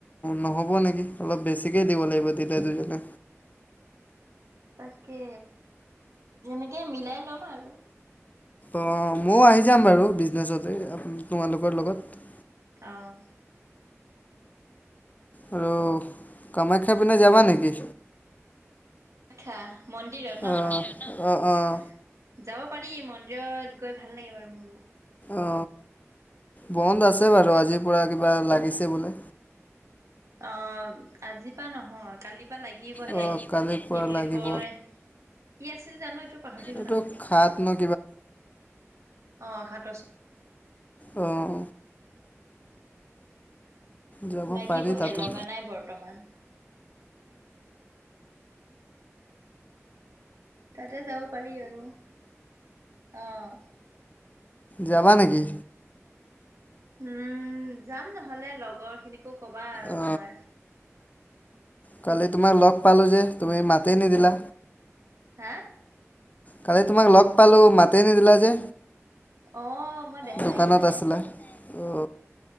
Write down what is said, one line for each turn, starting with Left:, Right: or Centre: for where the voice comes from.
Left: নহ'ব নেকি অলপ বেছি, বেছিকেই দিব লাগিব তেতিয়া দুুজনে।
Right: তাকে তেনেকে মিলাই লম আৰু।
Left: অহ, ময়ো আহি যাম বাৰু বিজনেছতে তোমালোকৰ লগত।
Right: অহ,
Left: আৰু কামাখ্যা পিনে যাবা নেকি?
Right: খ্যা মন্দিৰত ন',
Left: অঁ অঁ অঁ
Right: যাব পাৰি মন্দিৰত গৈ ভাল লাগে বাৰু। মোৰো।
Left: অ, বন্ধ আছে বাৰু আজিৰ পৰা কিবা লাগিছে বোলে।
Right: অহ, আজি পা নহয় কালি, কিবা লাগিবহে
Left: অ কালিৰ
Right: কি
Left: পৰা
Right: বুলি
Left: লাগিব।
Right: কয়, কি আছিল জানো এইটো পাহৰিল
Left: এইটো
Right: নামটো,
Left: খাত ন
Right: অ', খাত,
Left: উম যাব
Right: লাগিবহে
Left: পাৰি তাতো,
Right: লগা নাই বৰ্তমান। তাতে যাব পাৰি আৰু অঁ।
Left: যাবা নেকি?
Right: হুম। যাম নহ'লে, লগৰ খিনিকো কবা আৰু
Left: অ
Right: তোমাৰ।
Left: কালি তোমাক ল'গ পালো যে। তুমি মাতেই নিদিলা।
Right: হা?
Left: কালি তোমাক ল'গ পালো মাতেই নিদিলা যে।
Right: অঁ মই দেখাই
Left: দোকানত
Right: নাই
Left: আছিলা
Right: তোমাক।
Left: অ।